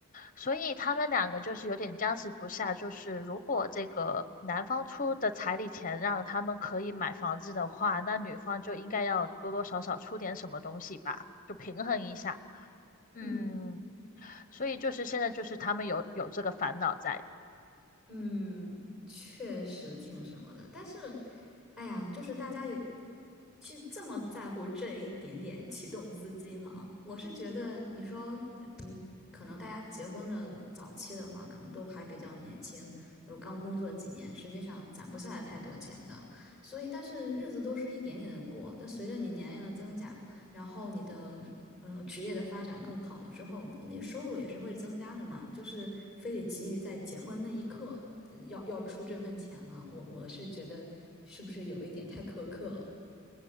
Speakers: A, on the left (about 40°); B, in the centre.
A: 所以他们两个就是有点僵持不下。就是如果这个男方出的彩礼钱让他们可以买房子的话，那女方就应该要多多少少出点什么东西吧，就平衡一下。嗯，
B: 嗯
A: 所以就是现在就是他们有有这个烦恼在。
B: 嗯，确实挺什么的，但是，哎呀，就是大家有去这么在乎这一点点启动资金吗？我是觉得，你说，嗯，可能大家结婚的早期的话，可能都还比较年轻，有刚工作几年，实际上攒不下来太多钱的，所以，但是日子都是一点点的过，但随着你年龄的增加。然后你的呃职业的发展更好了之后，你的收入也是会增加的嘛，就是非得急于在结婚那一刻嗯要要出这份钱了，我我是觉得是不是有一点太苛刻了？